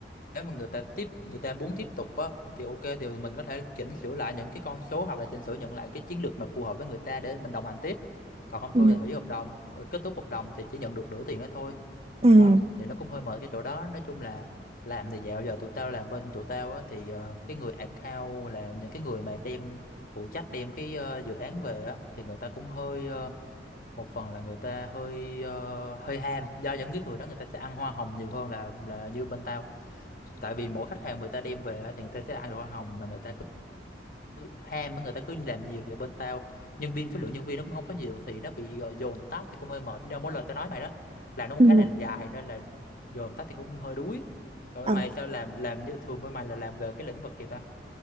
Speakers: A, on the left; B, on the right.
A: mà người ta tiếp người ta muốn tiếp tục á thì ok thì mình có thể chỉnh sửa lại những cái con số hoặc là chỉnh sửa nhận lại cái chiến lược mà phù hợp với người ta để mình đồng hành tiếp còn không
B: Ừ.
A: thôi thì hủy hợp đồng Rồi kết thúc hợp đồng thì chỉ nhận được nửa tiền đó thôi
B: Ừ.
A: đó thì nó cũng hơi mệt cái chỗ đó nói chung là làm thì dạo giờ tụi tao làm bên tụi tao á thì ờ, cái người account là những cái người mà đem phụ trách đem cái ờ, dự án về á thì người ta cũng hơi ờ, một phần là người ta hơi ờ, hơi ham do những cái người đó người ta sẽ ăn hoa hồng nhiều hơn là là như bên tao tại vì mỗi khách hàng người ta đem về á, thì người ta sẽ ăn được hoa hồng mà người ta cứ ham á, người ta cứ làm nhiều vậy bên tao nhân viên số lượng nhân viên nó cũng không có nhiều thì nó bị ờ, dồn tắt thì cũng hơi mệt do mỗi lần tao nói mày đó làm nó cũng
B: Ừ.
A: khá là dài nên là dồn tắt thì cũng hơi đuối còn
B: Ừ.
A: bên mày sao làm làm như thường bên mày là làm về cái lĩnh vực gì ta